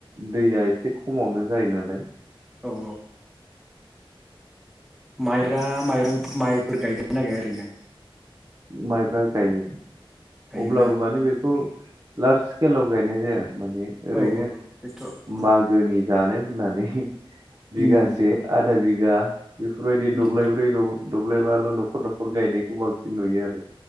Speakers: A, on the right; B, in the centre.
A: दैया एसे खमावनो जायो नालाय।
B: औ औ। माइरा माइरं माइफोर गायगोना गाइया ओरैनो?
A: माइब्रा गायो।
B: गायोना
A: अब्लाबो माने बेखौ लार्ज स्केलाव गायनाय जाया। माने ओरैनो
B: औ बेथ' उम
A: मागोनि जानो होननानै बिगासे,
B: उम
A: आधा बिगा बेफोरबायदि दब्लायब्रै,
B: उम
A: द दब्लायबाल नखर नखर गायनायखौ बांसिन नुयो आरो।